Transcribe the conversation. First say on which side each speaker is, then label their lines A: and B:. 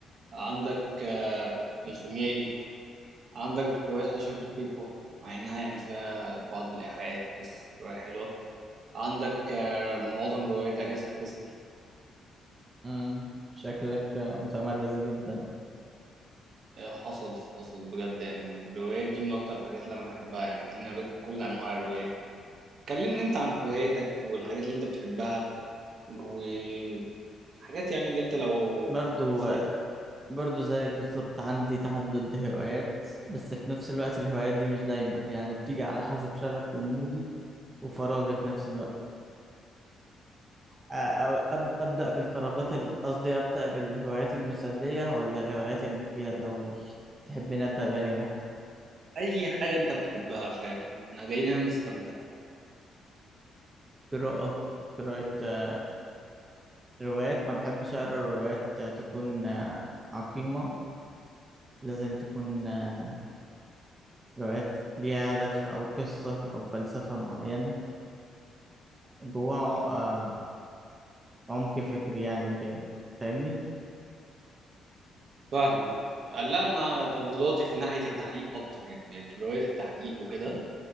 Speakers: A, on the right; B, on the right.
A: عندك آه، الخيميائي عندك رواية 11 دقيقة مع إنها يعني فيها بعض الإيحاءات بس رواية حلوة عندك آه، معظم روايات أجاثا كريستي
B: مم. شكلك آه، متمرس جدا
A: آه، حصل حصل بجد يعني الروايات دي من أكتر الحاجات اللي أنا بحبها يعني تلاقيني قريت كل أنواع الروايات كلمني أنت عن هواياتك والحاجات اللي أنت بتحبها وحاجات يعني اللي أنت لو
B: برضو
A: في
B: برضو زيك بالظبط عندي تعدد هوايات بس في نفس الوقت الهوايات دي مش دايمة يعني بتيجي على حسب شغفي ومودي وفراغي في نفس الوقت أو أب- أبدأ بالفراغات ال- قصدي أبدأ بالهوايات المسلية ولا الهوايات المفيدة الأول تحبين أبدأ بأني واحد
A: اي حاجه انت بتحبها فاهم احنا جايين هنا نستمتع
B: قراءة قراءة آه، روايات ما بحبش أقرأ روايات آه، تكون آه، عقيمة لازم تكون آه، روايات ليها هدف أو قصة أو فلسفة معينة جواها آه، عمق فكري يعني وكده فاهمني؟
A: فاهمك لا انا تفضيلاتي في ناحيه التحقيق اكتر يعني يعني روايه التحقيق وكده
B: م.